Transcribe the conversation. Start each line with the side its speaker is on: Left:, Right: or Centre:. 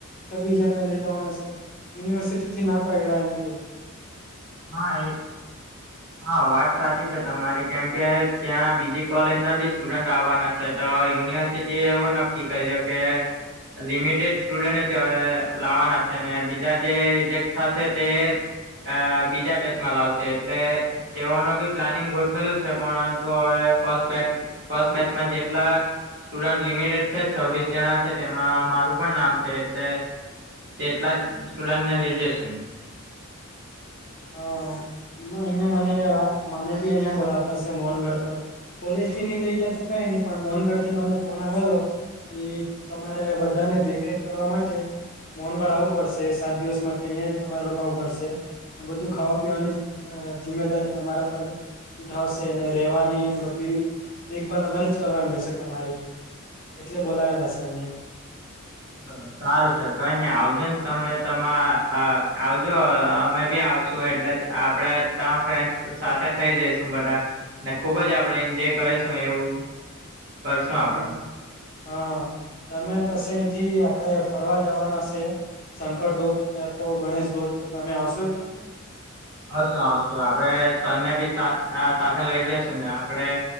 Left: છબીસ જણને લઈ જવાના સે યુનિવર્સિટીથી ના પાયડા એમ કેય.
Right: હા એ હા વાત સાચી છે તમારી કેમ કે ત્યાં બીજી કોલેજ ના સ્ટુડન્ટ આવવાના છે તો યુનિવર્સિટી એ એવું નક્કી કર્યું કે લિમિટેડ સ્ટુડન્ટ લાવવાના છે ને બીજાજે રિજેક્ટ થશે તે અ બીજા બેચમાં લાવશે એટલે તેઓનું બી પ્લાનિંગ ગોઠવેલું છે પરંતુ હવે ફસ્ટ બેચ ફસ્ટ બેચમાં જેટલા સ્ટુડન્ટ લિમિટેડ છે છવવીસ જણા છે તેમાં મારું પણ નામ એટલે કેટલા જ સ્ટુડન્ટને લઈ જશું.
Left: હા અહિયાં મને મને ભી અહિયાયા બોલાતાશે મોહનગઢ પર. કોલેજથી નઈ લઈ જાય તો કઈ નહી મોનગઢ થી મને ફોન આવેલો એ તમારે બધાને દેખરેખ કરવા માટે મન ગળાવવું પડશે સાત દિવસ માટે અહીિયાયા તમારે રોકાવું પડશે. બધું ખાવા પીવાની જિમ્મેદારી તમારા પર ઉઠાવશે રહેેવાની ને બધી દેખભાલ અમારેજ કરવાની રહેશે તમારી. એટલે બોલાવેલા છે અમને
Right: હા બસ. સારું છે કઈ નઈ આવજો ને તમે તમા આવજો અમે બી આવશું એટલે આપડે તા ફ્રેન્ડ સાથે થઇ જઈશું બધા. ને ખુબ જ આપણે એન્જોય કરીશું એવું કરશું આપડે
Left: હા હા તમે પછી અથી આપણેે ફરવા જવાના છે. શંકર ધોધ કે તો ગણેશ ધોધ તમે આવશો કે?
Right: હશું આવશું આપડે સનને બી સાથે લઈ જશું ને આપડે